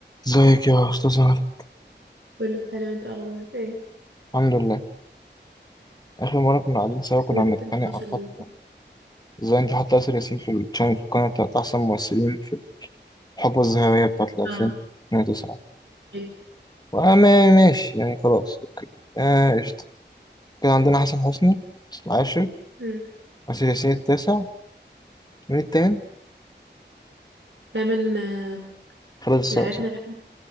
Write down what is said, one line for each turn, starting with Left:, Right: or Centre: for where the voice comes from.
Left: ازيك يا استاذ عمر
Right: كله حلو انت اخبارك ايه <laughs>
Left: الحمد لله اخر مره كنا قاعدين سوا كنا
Right: من بعد
Left: بنتخانق
Right: النقاش
Left: عن
Right: اللي
Left: حط
Right: كنت-
Left: ازاي انت حاطه ياسر ياسين في الشانل في القناه بتاعت احسن ممثلين في الحقبه الذهبيه بتاعت 2009
Right: اه ايه
Left: وانا ما- ماشي يعني خلاص اوكي آه قشطه كان عندنا حسن حسني العاشر
Right: مم.
Left: ياسر ياسين التاسع مين التامن
Right: دايما آه،
Left: خالد السادس
Right: لعبنا في